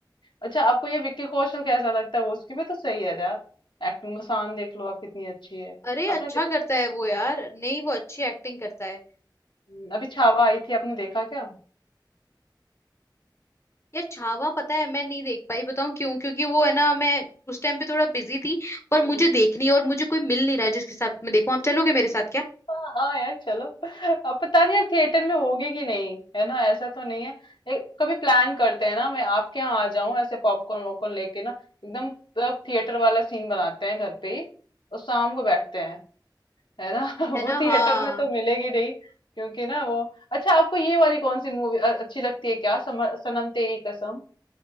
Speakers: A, on the left; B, on the left.
A: अच्छा आपको ये विक्की कौशल कैसा लगता है वो उसकी भी तो सही है यार एक्टिंग में शान देख लो आप कितनी अच्छी है
B: अरे
A: आपने
B: अच्छा
A: देखा
B: करता
A: है?
B: है वो यार नहीं वो अच्छी एक्टिंग करता है
A: हम्म, अभी छावा आई थी आपने देखा क्या
B: यार छावा पता है मैं नहीं देख पाई बताऊं क्यों क्योंकि वो है ना मैं उस टाइम पे थोड़ा बिजी थी पर मुझे
A: हाँ
B: देखनी है और मुझे कोई मिल नहीं रहा जिसके साथ मैं देखूं आप चलोगे मेरे साथ क्या
A: हाँ यार चलो अब पता नहीं यार थिएटर में होगी कि नहीं है ना ऐसा तो नहीं है एक, कभी प्लान करते हैं ना मैं आपके यहाँ आ जाऊं ऐसे पॉपकॉर्न वॉपकॉर्न लेके ना एकदम तब थिएटर वाला सीन बनाते हैं घर पे ही और शाम को बैठते हैं है ना
B: है
A: <laughs> वो
B: ना
A: थिएटर
B: हाँ
A: में तो मिलेगी नहीं क्योंकि ना वो अच्छा आपको ये वाली कौन सी मूवी अच्छी लगती है क्या समर- सनम तेरी कसम